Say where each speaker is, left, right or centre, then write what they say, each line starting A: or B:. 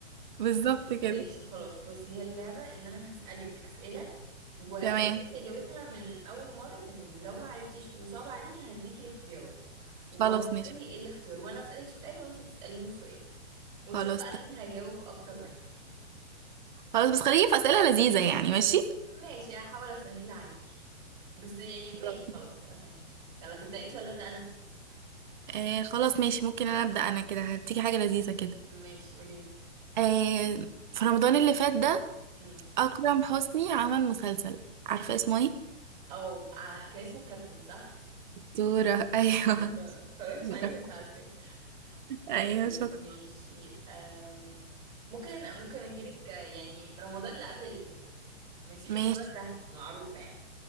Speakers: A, on the right; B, on the right.
A: بالظبط كده
B: ماشي خلاص بصي هي اللعبه ان انا هسالك اسئله ولو
A: تمام
B: جبتي اجابتها من اول مره تمام لو ما عرفتيش وصعب عليكي هديكي اختيارات وهتقولي
A: خلاص ماشي
B: ايه الاختيار وانا اسالك سؤال وانتي تساليني سؤال ونشوف
A: خلاص
B: بقى
A: ت-
B: مين هيجاوب اكتر واحد
A: خلاص بس خليكي في أسئلة لذيذة يعني ماشي
B: ماشي هحاول اسهلها عليكي بس يعني ماشي
A: خلاص
B: خلاص هسهلها يلا تبدأ انت ولا أبدأ أنا
A: آه خلاص ماشي ممكن انا أبدأ انا كده هديكي حاجة لذيذة كده
B: ماشي قولي لي
A: آه في رمضان اللي فات ده
B: امم
A: أكرم حسني عمل مسلسل عارفة اسمه ايه؟
B: او ع- كان اسمه الكابتن صح
A: دورة <laughs> ايوه
B: ايوه بس ما اتفرجتش
A: دورة
B: عليه بس عارفاه
A: ايوه
B: طيب
A: شاطرة
B: ماشي أم... ممكن ممكن اجيلك آه، يعني رمضان اللي قبل اللي فات ماشي بس
A: ماشي
B: هو سهل معروفة يعني